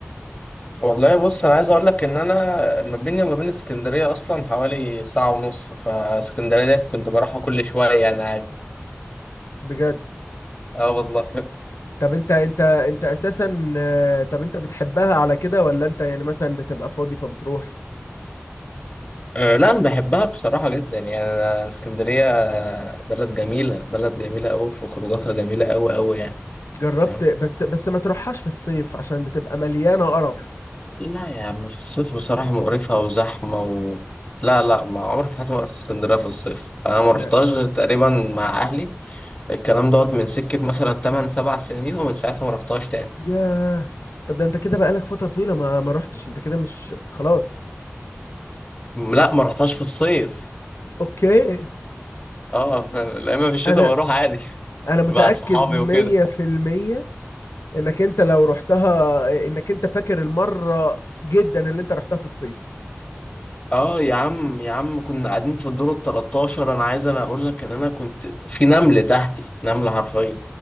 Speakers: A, on the left; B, on the left.
A: والله بص انا عايز اقول لك ان انا ما بيني وما بين اسكندريه اصلا حوالي ساعه ونص فاسكندريه ديت كنت بروحها كل شويه يعني عادي
B: بجد
A: اه والله
B: طب انت انت انت اساسا آه، طب انت بتحبها على كده ولا انت يعني مثلا بتبقى فاضي فبتروح
A: أه لا انا بحبها بصراحه جدا يعني انا اسكندريه بلد جميله بلد جميله قوي في خروجاتها جميله قوي قوي يعني
B: جربت
A: فاهم
B: بس بس ما تروحهاش في الصيف عشان بتبقى مليانة قرف
A: لا يا عم في الصيف بصراحه مقرفه وزحمه و... لا لا ما عمري في حياتي ما رحت اسكندريه في الصيف انا ما
B: يا
A: رحتهاش غير تقريبا مع اهلي الكلام دوت من سكه مثلا 8 7 سنين ومن ساعتها ما رحتهاش تاني
B: ياه طب ده انت كده بقالك فترة طويلة ما ما روحتش انت كده مش خلاص
A: لا ما رحتهاش في الصيف
B: اوكي
A: اه <laughs> لا اما في الشتاء
B: انا
A: بروح عادي <laughs>
B: انا متأكد
A: مع صحابي
B: مية
A: وكده
B: في المية انك انت لو رحتها انك انت فاكر المرة جدا اللي انت رحتها في الصيف
A: اه يا عم يا عم كنا قاعدين في الدور ال 13 انا عايز انا اقول لك ان انا كنت في نمل تحتي نمله حرفيا